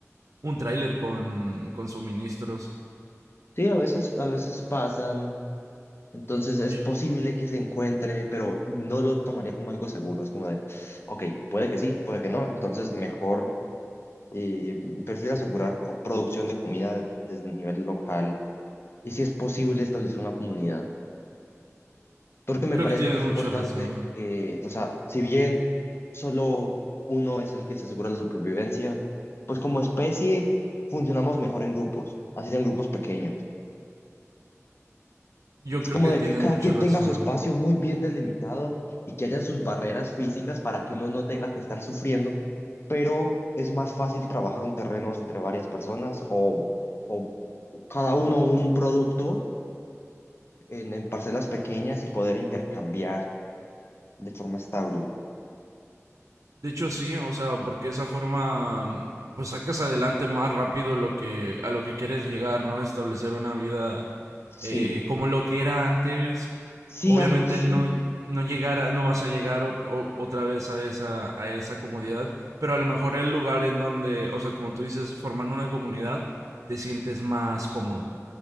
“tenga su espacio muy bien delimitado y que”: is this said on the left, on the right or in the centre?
Left